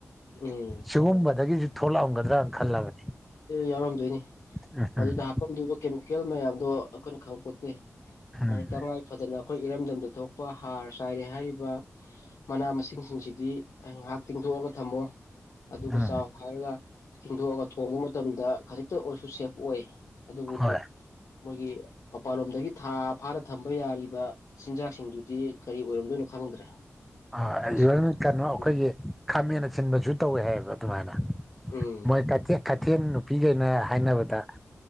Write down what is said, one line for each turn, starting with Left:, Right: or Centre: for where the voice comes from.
Left: ꯎꯝ
Centre: ꯁꯤꯒꯨꯝꯕꯗꯒꯤꯁꯨ ꯊꯣꯛꯂꯛꯑꯝꯒꯗ꯭ꯔꯅ ꯈꯜꯂꯒ
Left: ꯌꯥꯎꯔꯝꯗꯣꯏꯅꯤ
Centre: ꯎꯝ
Left: ꯃꯗꯨꯗ ꯍꯥꯄꯝꯗꯣꯏ ꯀꯀꯦꯜ ꯃꯌꯥꯝꯗꯣ ꯑꯩꯈꯣꯏꯅ ꯈꯪꯕꯄꯣꯠꯇꯦ
Centre: ꯎꯝ
Left: ꯍꯥꯏꯗꯤ ꯇꯉꯥꯏ ꯐꯗꯅ ꯑꯩꯈꯣꯏ ꯏꯔꯝꯗꯝꯗ ꯊꯣꯛꯄ ꯍꯥꯔ ꯆꯥꯏꯔꯦ ꯍꯥꯏꯔꯤꯕ ꯃꯅꯥ ꯃꯁꯤꯡꯁꯤꯡꯁꯤꯗꯤ ꯉꯥꯏꯍꯥꯛ ꯇꯤꯡꯊꯣꯛꯑꯒ ꯊꯝꯃꯣ ꯑꯗꯨꯒ
Centre: ꯎꯝ
Left: ꯆꯥꯎ ꯍꯥꯏꯔꯒ ꯆꯤꯡꯊꯣꯛꯑꯒ ꯊꯣꯡꯕ ꯃꯇꯝꯗ ꯈꯖꯤꯛꯇ ꯑꯣꯏꯔꯁꯨ ꯁꯦꯐ ꯑꯣꯏ ꯑꯗꯨꯕꯨ
Centre: ꯍꯣꯏ
Left: ꯃꯣꯏꯒꯤ ꯃ ꯄꯄꯥꯂꯣꯝꯗꯒꯤ ꯊꯥ ꯐꯥꯅ ꯊꯝꯕ ꯌꯥꯔꯤꯕ ꯆꯤꯟꯖꯥꯛꯁꯤꯡꯗꯨꯗꯤ ꯀꯔꯤ ꯑꯣꯏꯔꯝꯗꯣꯏꯅꯣ ꯈꯪꯗ꯭ꯔꯦ
Centre: ꯑ
Left: ꯃꯁꯤꯅ
Centre: ꯏꯚꯟ ꯀꯩꯅꯣ ꯑꯩꯈꯣꯏꯒꯤ
Left: ꯎꯝ
Centre: ꯈꯥꯃꯦꯟ ꯑꯁꯤꯟꯕꯁꯨ ꯇꯧꯋꯦ ꯍꯥꯏꯕ ꯑꯗꯨꯃꯥꯏꯅ
Left: ꯎꯝ
Centre: ꯃꯣꯏ ꯀꯩꯊ ꯀꯩꯊꯦꯜ ꯅꯨꯄꯤꯈꯩꯅ ꯍꯥꯏꯅꯕꯗ